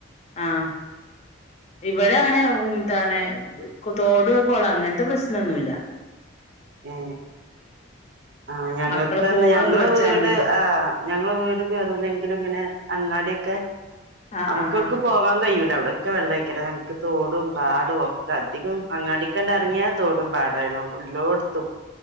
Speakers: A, on the left; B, on the right.
A: ആഹ് ഇവിടെ അങ്ങനെ- എന്താണ് തോട്‌ കൊളം അങ്ങനത്തെ പ്രശ്നമൊന്നുമില്ല
B: ഏ ആ ഞങ്ങൾക്ക്
A: മക്കള് പോണ്
B: ഇന്ന് ഞങ്ങളെ
A: പേടിച്ചാണ്
B: വീട് ആഹ ഞങ്ങളെ വീട് കേറുലെങ്കിലും ഇങ്ങനെ- അങ്ങാടിയൊക്ക
A: ആഹ്
B: നമുക്ക്ക്ക്
A: ആഹ് ആഹ്
B: പോവാൻ കഴിയൂല അവിടെ ഒക്കെ വെള്ളേയിക്കാരം ഞങ്ങക്ക് തോടും പാടും ഒക്കെ അധികം അങ്ങാടിക്കണ്ടറങ്ങിയാൽ തോടും പാടായാണ് ത്തും